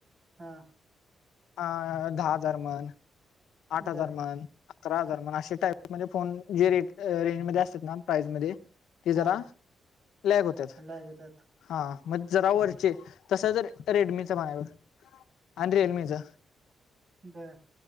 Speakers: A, on the right; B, on the left.
A: हा
B: हा हा दहा हजार म्हण आठ हजार
A: बर
B: म्हण. अकरा हजार म्हण असे टाईप मध्ये फोन जे रेट रेंजमध्ये असतात ना प्राईस मध्ये ते
A: हा
B: जरा प्लॅग होतात
A: लागतात
B: हा मग जरा वरचे तसं जरा रेडमीचा माझ्याकडं हाय बघ अण रियलमीचा
A: बर